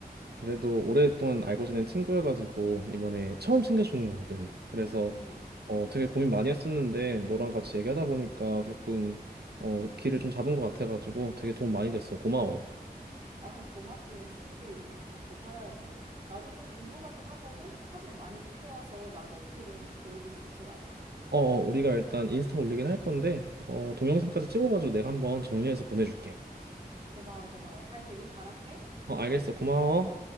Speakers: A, on the right (about 85°); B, on the right (about 40°).
A: 그래도 오랫동안 알고 지낸 친구여가지고 이번에 처음 챙겨주는 거거든. 그래서
B: 음.
A: 어, 되게 고민 많이 했었는데 너랑 같이 얘기하다 보니까 조금 어, 길을 좀 잡은 것 같아가지고 되게 도움 많이 됐어. 고마워.
B: 아, 고맙긴. 친구끼리 이렇게 다 덮고 살아야지. 나도 좀 궁금하긴 하거든? 사진 많이 찍어와서 나도 어떻게 되는지 보여줄 수 있어, 나중에?
A: 어, 어, 우리가 일단 인스타 올리긴 할 건데 어, 동영상까지 찍어가지고 내가 한번 정리해서 보내줄게.
B: 고마워, 고마워. 잘 되길 바랄게.
A: 어, 알겠어. 고마워.